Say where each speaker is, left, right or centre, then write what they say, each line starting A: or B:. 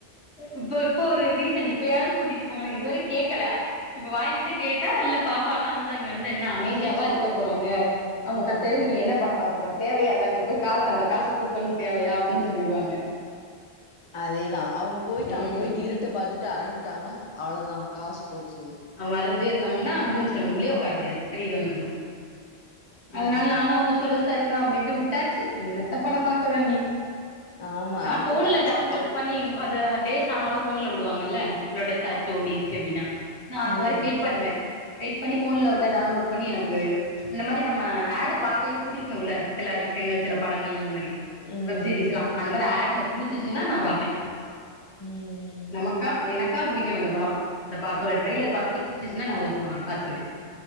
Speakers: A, on the left; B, on the left.
A: இப்போ இப்ப ஒரு ரீசன் இப்பயாது கூட்டிட்டு போங்க இதுவரைக் கேக்கல இப்ப வாய்விட்டு கேட்டா இல்லப் பாப்பாலா வந்து அங்க வந்து என்ன அமைதியாவா இருக்கப் போறாங்க அவுங்க
B: ம்
A: கத்தையில நீ என்னப் படம் பாக்க போற தேவையா அது அங்கப் போய் காச அந்தக் காச குடுக்கணும் தேவையா அப்டின் சொல்லிருவாங்க
B: அதேதா அவுங்க போய்ட்டு
A: ம்
B: அங்க போய்ட்டு இருட்ட பாத்துட்டு அறண்டுட்டாங்கனா அவ்ளோதா காசு போச்சு
A: அவுங்க அழுதுட்டே இருந்தாங்கன்னா முடிஞ்சு நம்ம உள்ளியே ஒக்கார முடியாது வெளில வர்ணு அதனால்
B: ம்
A: நானு அவுங்க சொல்றது சரிதா அப்டின்ட்டு விட்டாச்சு என்னத்தப் படம் பாக்குறோ நீ
B: ஆமா
A: நா
B: அடுத்து
A: ஃபோன்ல
B: க
A: டவுன்லோட்
B: அது
A: பண்ணிம் அத டேஸ் சானோலோ ஃபோன்ல விடுவாங்கல்ல இவ்ளோ டேஸ் ஆச்சு ஓடிச்சி அப்டினா நா அது
B: ம்
A: வரைக் வெயிட் பண்ணுவே வெயிட் பண்ணி ஃபோன்ல வுட்ட டவுன்லோட் பண்ணி எனக்கு இந்த மாரி நம்ம ஆடுப் பாக்கெயிலப் புடிக்குல்ல சில விஷ்யங்கள் சிலப் படங்கள் அந்த மாரி
B: ம்
A: வெப் சீரிஸ்லா அந்த மாரி ஆட்ல புடிச்சிச்சினா நா பாப்பே
B: ம் ம்
A: நமக்காப் எனக்காப் புடிக்கனு அந்த படோ அதப் பாத்தோட
B: ம்
A: ட்ரைலர் பாத்தோலே புடிச் ச்சிச்சினா நா அதப் பா பாத்ருவே